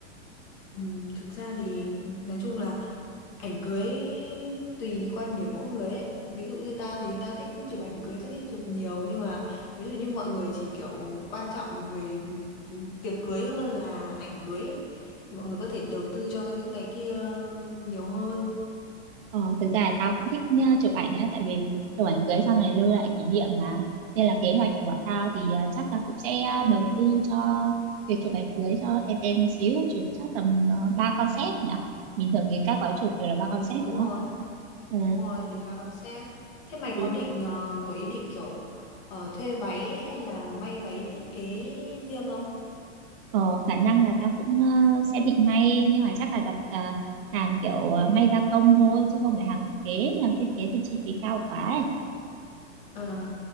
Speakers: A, on the left; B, on the right.
A: Ừm, thực ra thì nói chung là ảnh cưới tùy quan điểm mỗi người ấy ví dụ như ta thì ta thích chụp ảnh cưới ta thích chụp nhiều nhưng mà ví dụ như mọi người chỉ kiểu quan trọng về ừm, tiệc cưới hơn là ảnh cưới ấy. thì mọi người có thể đầu tư cho những cái kia nhiều hơn
B: Ờ, thực ra là tao cũng thích nha, chụp ảnh á, tại vì chụp ảnh cưới sau này lưu lại kỷ niệm mà. Nên là kế hoạch của bọn tao thì ờ, chắc là cũng sẽ ờ, đầu tư cho việc chụp ảnh cưới cho tem tem một xíu, chụp chắc tầm uh, 3 concept nhỉ. Bình thường thì các gói chụp đều là 3
A: ừ,
B: concept
A: đúng
B: đúng không?
A: rồi
B: Ừ,
A: Đúng rồi, đều bà con xem. Thế mày
B: thì
A: có định ờ, có ý định kiểu ờ, thuê váy hay là may váy thiết kế riêng không?
B: ờ, khả năng là tao cũng ờ, sẽ định may nhưng mà chắc là đặt ờ, hàng kiểu ờ, may gia công thôi chứ không phải hàng thiết kế, hàng thiết kế thì chi phí cao quá ấy.
A: Ờ,